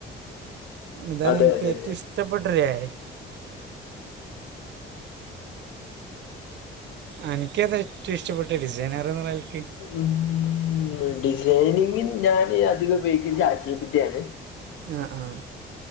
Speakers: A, on the right (about 65°); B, on the left (about 80°).
A: ഇതാണ്
B: അതെ
A: ഇൻക്ക്
B: അതെ
A: ഏറ്റവും ഇഷ്ടപ്പെട്ടൊരു ഏ അനക്ക് ഏതാ ഏറ്റവും ഇഷ്ടപ്പെട്ട ഡിസൈനർന്നുള്ള നെലക്ക്
B: ഉം ഉം മ് ഡിസൈനിങ്ങിന് ഞാൻ അധികം ഉപയോഗിക്കുന്നത് ചാചിപിട്ടിയാണ്.
A: ആഹ് ആഹ്